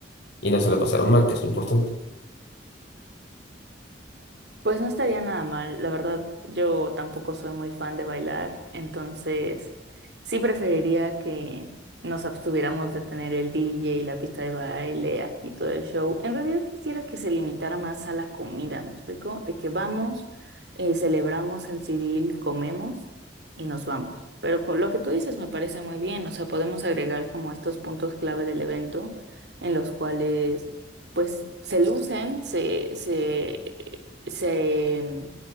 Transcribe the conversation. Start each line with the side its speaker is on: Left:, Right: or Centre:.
Left: Y no se la pasaron mal, que es lo importante.
Right: Pues no estaría nada mal, la verdad yo tampoco soy muy fan de bailar, entonces sí preferiría que nos abstuviéramos de tener el DJ y la pista de baile aquí todo el show. En realidad quisiera que se limitara más a la comida, ¿me explico? De que vamos, eh, celebramos el civil, comemos y nos vamos. Pero con lo que tú dices me parece muy bien, o sea, podemos agregar como estos puntos clave del evento en los cuales pues se lucen, se, se se mm,